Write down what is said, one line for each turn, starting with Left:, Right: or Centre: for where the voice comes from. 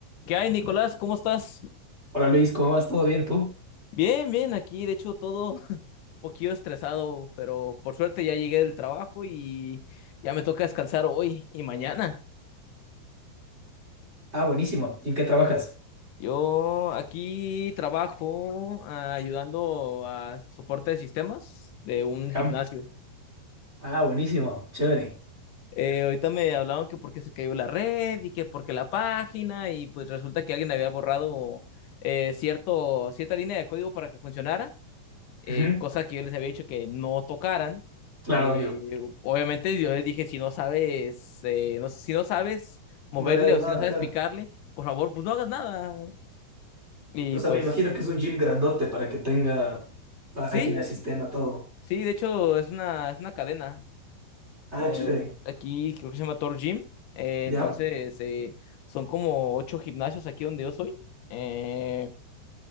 Left: ¿Qué hay, Nicolás? ¿Cómo estás?
Right: Hola Luis, ¿cómo vas? ¿Todo bien tú?
Left: Bien, bien, aquí de hecho todo <laughs> un poquito estresado, pero por suerte ya llegué del trabajo y ya me toca descansar hoy y mañana.
Right: Ah, buenísimo. ¿Y en qué trabajas?
Left: Yo aquí trabajo ah, ayudando a soporte de sistemas de un gimnasio.
Right: Ya. Ah, buenísimo. Chévere.
Left: Eh, ahorita me hablaron que porque se cayó la red y que porque la página y pues resulta que alguien había borrado eh, cierto, cierta línea de código para que funcionara eh,
Right: Ujú.
Left: cosa que yo les había dicho que no tocaran.
Right: Claro,
Left: Eh,
Right: obvio.
Left: obviamente yo les dije, si no sabes, eh, no- si no sabes moverle
Right: No le hagas
Left: o
Right: nada,
Left: si no sabes
Right: ajá.
Left: picarle, por favor, pues no hagas nada. Y
Right: O sea,
Left: pues
Right: me imagino que es un gym grandote para que tenga página,
Left: sí,
Right: sistema, todo.
Left: sí, de hecho es una, es una cadena.
Right: Ah,
Left: Eh,
Right: chévere.
Left: aquí creo que se llama Tor Gym. Eh,
Right: Ya.
Left: entonces eh, son como ocho gimnasios aquí donde yo soy. eh,